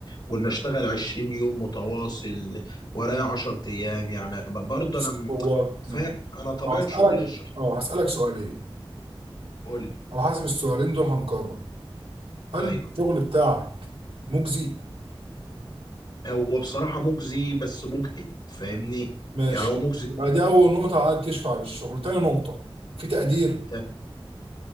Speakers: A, on the left; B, on the right.
A: وان اشتغل 20 يوم متواصل ورايا 10 ايام يعني ب- برضه
B: بص
A: انا م-
B: هو
A: فاهم انا طبيعة
B: هسألك
A: شغلي ش...
B: اه هسألك سؤالين
A: قول لي
B: على حسب السؤالين دول هنقرر هل
A: ايوه
B: الشغل بتاعك مجزي؟
A: هو بصراحة مجزي بس مجهد فاهمني
B: ماشي
A: يعني هو مجزي
B: يبقى
A: جدا
B: دي أول نقطة عايز تشفع للشغل تاني نقطة في تقدير
A: طب